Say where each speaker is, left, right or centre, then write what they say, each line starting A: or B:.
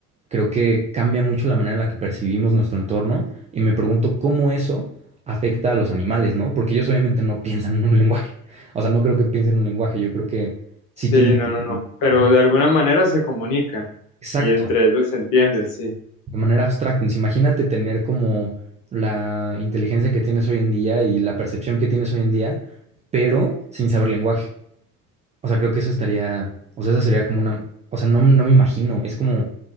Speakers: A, on the right (about 15°); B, on the left (about 45°).
A: Creo que cambia mucho la manera en la que percibimos nuestro entorno y me pregunto cómo eso afecta a los animales, ¿no? Porque ellos obviamente no <laughs> piensan en un lenguaje. O sea, no creo que piensen en un lenguaje, yo creo que
B: Sí,
A: sí tienen...
B: no, no, no. Pero
A: <laughs>
B: de alguna manera se comunican
A: Exacto,
B: y entre ellos se entienden, sí.
A: de manera abstracta. Entonces, imagínate tener como la inteligencia que tienes hoy en día y la percepción que tienes hoy en día, pero sin saber lenguaje. O sea, creo que eso estaría, o sea, esa sería como una, o sea, no, no me imagino, es como,